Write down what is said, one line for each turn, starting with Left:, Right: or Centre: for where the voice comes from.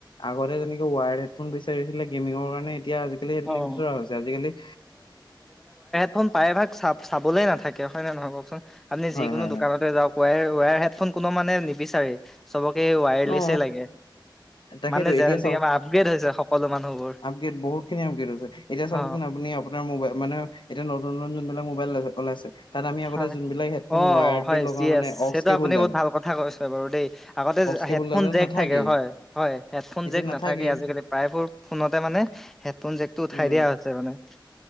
Left: আগতে যেনেকে ৱায়াৰড হেডফোন বিচাৰিছিলে গেমিঙৰ কাৰণে এতিয়া সেইটো
Centre: অ অ
Left: নিবিচৰা হৈছে আজিকালি উ
Centre: কোন প্ৰায়ভাগ চাপ চাবলে নাথাকে হয় নে নহয় কওকচোন আপুনি
Left: হয়
Centre: যিকোনো
Left: হয়
Centre: দোকানতে
Left: হয়
Centre: যাওক ৱাই ৱায়াৰ হেডফোন কোনো মানে নিবিচাৰেই চবকে ৱায়াৰলিছে
Left: অ
Centre: লাগে।
Left: তাকেতো
Centre: মানে
Left: এতিয়া
Centre: যেহনেকে আমাৰ আপগ্ৰেড হৈছে সকলো মানুহবোৰ
Left: <unintelligible> বহুত খিনি আপগেত হৈছ এতিয়া চাবচোন
Centre: অ
Left: আপুনি আ মোবাইল মানে এতিয়া নতু নতুন যোনবিলাক মোবাইল ওলাইছে তাত আমি আগতে
Centre: হয়
Left: যোনবিলাক হেডফোন
Centre: অ
Left: ৱায়াৰ্ড
Centre: হয়
Left: দি লগা
Centre: ইয়েছ
Left: মানে অক্স
Centre: সেইটো
Left: কেবলডাল'
Centre: আপুনি বহুত ভাল কথা কৈছ বাৰু দেই আগতে
Left: কেবুলডাল
Centre: হেডফোন জেক
Left: নাথাকেই
Centre: থাকে হয়! হয় হেডফোন
Left: এতিয়া
Centre: জেক
Left: নাথাকেই
Centre: নাথাকে আজিকালি প্ৰায়বোৰ ফোনতে মানে হেতফন জেকটো ওঠাই
Left: উম
Centre: দিয়া হৈছে মানে।